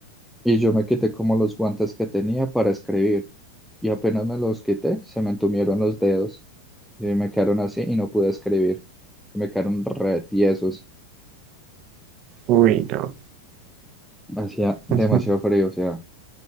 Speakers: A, in the centre; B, on the right.
A: y yo me quité como los guantes que tenía para escribir. Y apenas me los quité, se me entumieron los dedos. Y me quedaron así y no pude escribir. Me quedaron re tiesos.
B: Uy, no.
A: Hacía demasiado
B: <laughs>
A: frío, o sea,